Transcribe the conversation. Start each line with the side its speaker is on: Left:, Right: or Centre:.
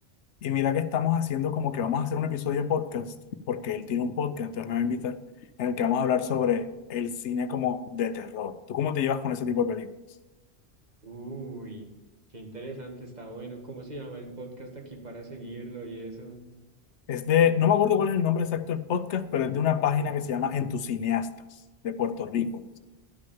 Left: Y mira que estamos haciendo como que vamos a hacer un episodio de podcast, porque él tiene un podcast, entonces me va a invitar, en el que vamos a hablar sobre el cine como de terror. ¿Tú cómo te llevas con ese tipo de películas?
Right: Uy, qué interesante, está bueno. ¿Cómo se llama el podcast aquí para seguirlo y eso?
Left: Es de, no me acuerdo cuál es el nombre exacto del podcast, pero es de una página que se llama En tus cineastas de Puerto Rico.